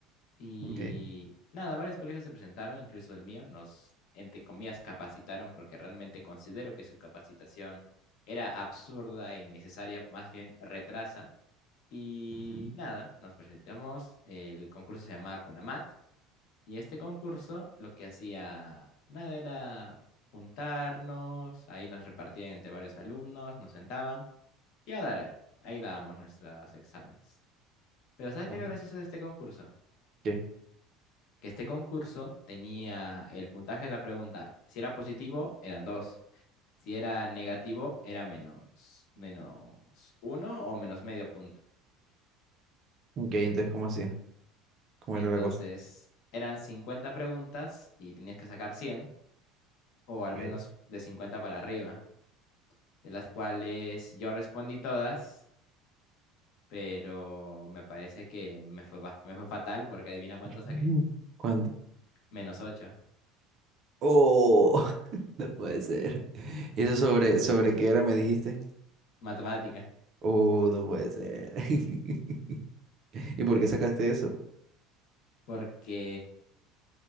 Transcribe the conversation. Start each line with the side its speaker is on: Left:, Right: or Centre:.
Left: Y
Right: Ok.
Left: nada, varios colegios se presentaron, incluso el mío, nos, entre comillas, capacitaron porque realmente considero que su capacitación era absurda e innecesaria, más bien retrasa. Y
Right: ujú.
Left: nada, nos presentamos, el concurso se llamaba Conamat y este concurso lo que hacía, nada, era juntarnos, ahí nos repartían entre varios alumnos, nos sentaban y a dar ahí, ahí dábamos nuestros exámenes. Pero ¿sabes
Right: Oh.
Left: qué es lo gracioso de este concurso?
Right: Ok,
Left: que este concurso tenía el puntaje de la pregunta. Si era positivo, eran dos. Si era negativo, era menos, menos uno o menos medio punto.
Right: ok, entonces, ¿cómo hacía? ¿Cómo
Left: Entonces,
Right: era la cosa?
Left: eran 50 preguntas y tenías que sacar 100 o al
Right: Okay.
Left: menos de 50 para arriba, de las cuales yo respondí todas, pero me parece que me fue, ba- me fue fatal porque adivina cuánto saqué.
Right: Ujú. ¿Cuánto?
Left: Menos ocho
Right: Oh, <laughs> no puede ser. ¿Y eso sobre, sobre qué era, me dijiste?
Left: Matemática.
Right: Oh, no puede ser. <laughs> ¿Y por qué sacaste eso? No
Left: Porque